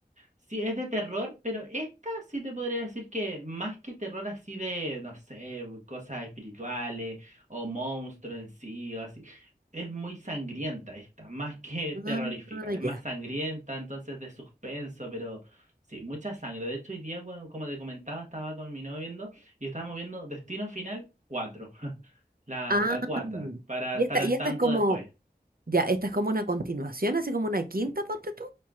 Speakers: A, on the right; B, on the right.
A: Sí, es de terror, pero esta sí te podría decir que más que terror así de, no sé, cosas espirituales o monstruos en sí o así, es muy sangrienta esta, más que
B: Ah,
A: terrorífica, es más
B: ya.
A: sangrienta, entonces de suspenso, pero sí, mucha sangre. De hecho, hoy día, bueno, como te comentaba, estaba con mi novio viendo y estábamos viendo Destino Final 4, <laughs> la,
B: Ah,
A: la cuata, para
B: y
A: estar
B: esta,
A: al
B: y esta
A: tanto
B: es como,
A: después.
B: ya, esta es como una continuación, así como una quinta, ponte tú.